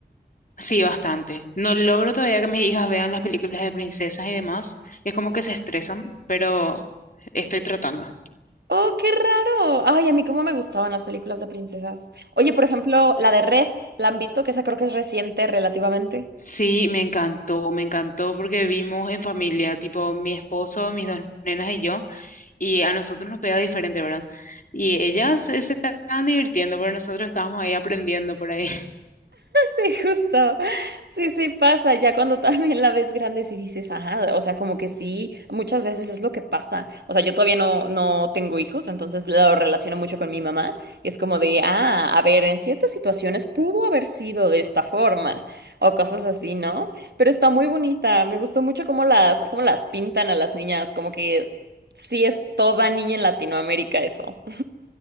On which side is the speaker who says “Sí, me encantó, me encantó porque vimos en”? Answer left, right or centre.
Left